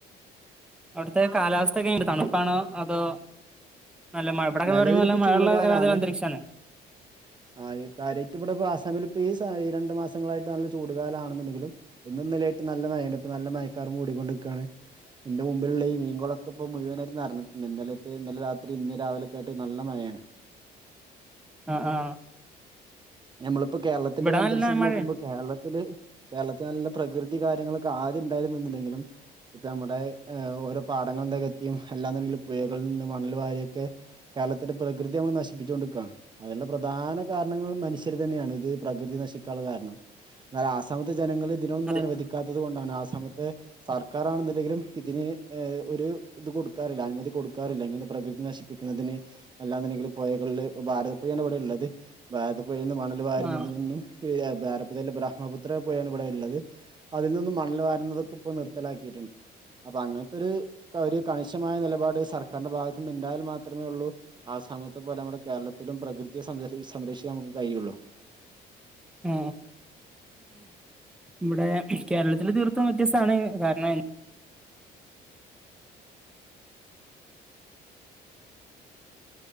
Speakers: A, in the centre; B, on the right.
A: അവിടുത്തെ കാലാവസ്ഥക്കെ തണുപ്പാണേ അതോ നല്ല മഴ ഇവിടൊക്കെ
B: നിലവിലിപ്പ
A: പറയുമ്പോ നല്ല മഴയുള്ള
B: ചൂട്കാലാണ്
A: ഒരു അന്തരീക്ഷാണ്
B: ആ കര്യേറ്റ് ഇവിടെ ഇപ്പൊ ആസാമിലിപ്പ ഈ സാ രണ്ടു മാസങ്ങളായിട്ട് നല്ല ചു ചൂടുകാലാണെന്നുണ്ടങ്കിലും ഇന്നുന്നലേയിട്ട് നല്ല മയണ് ഇപ്പ നല്ല മയക്കാറ് മൂടികോണ്ടിക്കാണ് ഇന്റെ മുമ്പിലുള്ള ഈ മീൻകളൊക്കെ ഇപ്പോ മുഴുവനായിട്ട് നിറഞ്ഞിട്ടുട് ഇന്നലത്തെ ഇന്നലെ രാത്രി ഇന്ന് രാവിലെ യിട്ട് നല്ല മഴയാണ്
A: ആ ആ
B: ഞമ്മള് ഇപ്പൊ കേരളത്തിന്റെ
A: ഇവിടെ
B: ഒരു അന്തരീക്ഷത്തിൽ
A: നല്ല മഴയാ
B: നോക്കുമ്പോ കേരളത്തില് കേരളത്തിൽ നല്ല പ്രകൃതി കാര്യങ്ങളൊക്കെ ആദ്യം ഉണ്ടായിരുന്നെന്നുണ്ടെങ്കിലും ഇപ്പൊ നമ്മുടെ ഓരോ പാടങ്ങള് നെകത്തിയും എല്ലാന്നുണ്ടെങ്കിലും പുയകളിൽന്ന് മണൽ വാരിയൊക്കെ കേര്ളത്തിന്റെ പ്രകൃതി നമ്മള് നശിപ്പിച്ചോണ്ടിക്കാണ് അതിനുള്ള പ്രധാന കാരണങ്ങൾ മനുഷ്യര് തന്നേണ് ഇത് പ്രകൃതി നശിക്കാള്ള കാര്ണം എന്നാല് ആസാമ്ത്തെ ജനങ്ങള് ഇതിനൊന്നും
A: അതെ
B: അനുവദിക്കാത്ത തുകൊണ്ടാണ് ആസാമ്ത്തെ സർക്കാരാണ്ന്നിണ്ടെങ്കിലും ഇതിന് ഏ ഒരു ഇത് കൊടുക്കാറില്ല അനുമതി കൊടുക്കാറില്ല ഇങ്ങനെ പ്രകൃതി നശിപ്പിക്കുന്നതിന് അല്ലാന്നിണ്ടെങ്കില് പൊയകളില് ഭാരതപ്പൊയാണ് ഇവിടെ ഇള്ളത് ഭാരത പൊയേന്ന് മണല് വാര്ന്നതിനൊന്നും
A: ആ
B: ഏ എ <unintelligible> ബ്രഹ്മപുത്ര പോയേണ് ഇവിടെ ഇള്ളത് അതിൽ നിന്ന് മണൽ വരുന്നതൊക്കെ ഇപ്പോ നിർത്തലാക്കിട്ടി അപ്പ അങ്ങൻത്തൊരു കാര് കണിശമായ നെലപാട് സർക്കാരിന്റെ ഭാഗ ന്നുണ്ടായാൽ മാത്രമേ ഉള്ളൂ ആസാമിത്തെ പോലെ നമ്മുടെ കേരളത്തിലും പ്രകൃതിയെ സംരക്ഷ് സംരക്ഷിക്കാൻ നമുക്ക് കയുള്ളു
A: ഏ ഇവിടെ കേരളത്തില് തീർത്തും വ്യത്യസ്താണ് കാരണം